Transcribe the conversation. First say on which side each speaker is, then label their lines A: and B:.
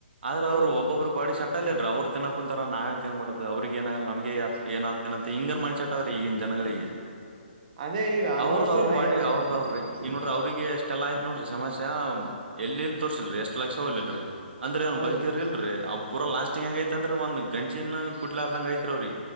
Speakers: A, on the right; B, on the right.
A: ಆದ್ರೆ
B: ಹೌದು
A: ಅವರು ಒಬ್ಬೊಬ್ರು ಬಾಡಿ ಸಟ್ ಅಲ್ರಿ ಅವ್ರು ತಿನ್ನಕ ಕುಂತಾರ ನಾವೇ ತಿನ್ಬಾರ್ದದು ಅವ್ರಿಗೆ ಈಗಏನಾಗಲ್ಲ ನಮಗೆ ಏನ ಆ್ತನ ಅಂತೆ ಹಿಂಗನ್ ಮನ್ಷಸ ಆಟತದ ಈಗಿನ ಜನಗಳಿಗೆ
B: ಅದೇ ಈಗ ಆಲ್ಮೋಸ್ಟ್
A: ಅವ್ರದ ಅವ್ರ
B: ಅಲ್ ಹಂಗೆ.
A: ಬಾಡಿ ಅವ್ರದ ಅವ್ರೀ
B: ಹ್ಮ್,
A: ಇ ನೋಡ್ರಿ ಅವ್ರಿಗೆಷ್ಟ ಇ ಎಲ್ಲಾ ಆಯ್ತತ್ ನೋಡ್ರಿ ಸಮಸ್ಯ ಎಲ್ಲಿ ಎಲ್ಲಿ ತೋರ್ಸಿಲ್ರಿ ಎಷ್ಟ್ ಲಕ್ಷ ಹೋಗ್ಲಲ್ರರಿ ಅಂದ್ರೆ ಅವ್
B: ಹೌದು
A: ಬಕರಿ ಇಲ್ರಿ ಅವ್ ಪೂರ ಲಾಸ್ಟಿಂಗ್ ಹೆಂಗ ಐತ್ತ ಅ್ರರಿ ಒಂದ್ ಗಂಜಿನ ಕುಡ್ಲಾರದಂಗ ಐತ್ವ್ರೀ